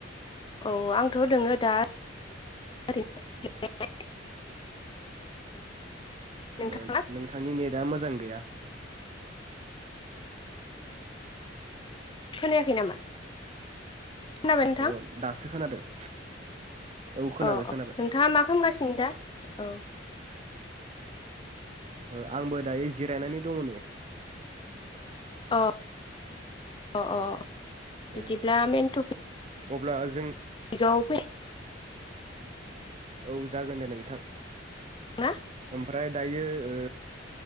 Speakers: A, on the left; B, on the right.
A: औ आंथ दोङो दा <unintelligible> नोंथाङा
B: ओ नोंथांनि नेदा मोजां गैया
A: खोनायाखै नामा खोनाबाय नोंथां
B: औ दासो खोनादों औ खोनाबाय
A: अ
B: खोनाबाय
A: अ नोंथाङा मा खामगासिनो दा औ
B: ओ आंबो दायो जिरायनानै दङ नै
A: अ अ अ
B: ओ
A: बिदिब्ला मेन टपिक
B: अब्ला जों
A: <unintelligible> फै
B: औ जागोन दे नोंथां
A: ना
B: ओमफ्राय दायो ओ